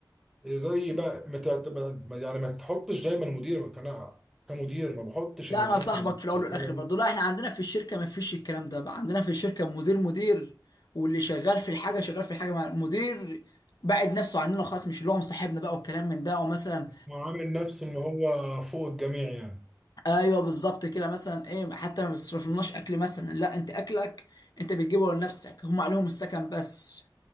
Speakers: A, in the centre; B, on the left (about 60°).
A: زي بقى ما تعت- ما- يعني ما تحطش دايما مدير كان كمدير ما بحطش
B: لا
A: ان الناس
B: انا صاحبك
A: اللي
B: في الاول
A: شغاله
B: والاخر
A: دي
B: برضه لا احنا عندنا في الشركه ما فيش الكلام ده بقى عندنا في الشركه مدير مدير واللي شغال في الحاجه شغال في الحاجه مع المدير بعد نفسه عننا خالص مش اللي هو مصاحبنا بقى والكلام من ده ومثلا
A: هو عامل نفسه ان هو فوق الجميع يعني
B: ايوه بالظبط كده مثلا ايه حتى ما بتصرفلناش اكل مثلا لا انت اكلك انت بتجيبه لنفسك هم عليهم السكن بس